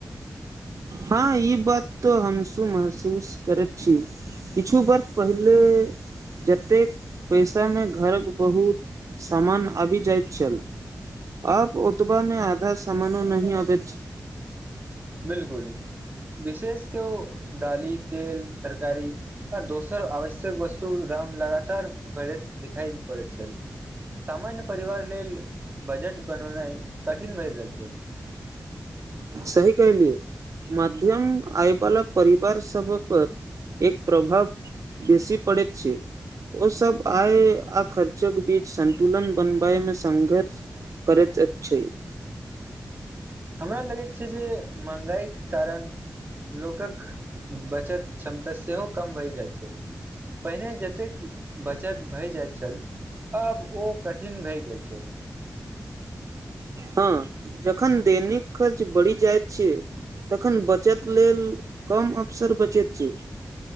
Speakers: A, on the right; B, on the right.
A: हँ ई बात तो हमस महसूस करैत छी किछु बर्ष पहिले जतेक पैसामे घरक बहुत सामान आबि जाइत छल आ ओतबा में आधा सामानो नहि अबै
B: बिलकुल विशेष के ओ दाली तेल तरकारी आ दोसर आवश्यक वस्तु काम लगातार बढ़ैत दिखाई पड़ैत छै सामान्य परिवार लेल बजट बननाइ कठिन भए रहल छै
A: सही कहलियए माध्यम आय वला परिवार सब पर एक प्रभाव बेसी पड़ैत छै ओ सब आय आ खर्चो के बीच संन्तुलन बनबए मे संघर्ष करैतत छै
B: हमरा लगैत छै जे महँगाईके कारण लोकक बचत क्षमता सेहो कम भहि जाइत छै पहिने जतेक बचत भय जाइत छल आब ओ कठिन भए गेल छै
A: हँ जखन दैनिक खर्च बढ़ि जाइत छै तखन बचत लेल कम अवसर बचैत छै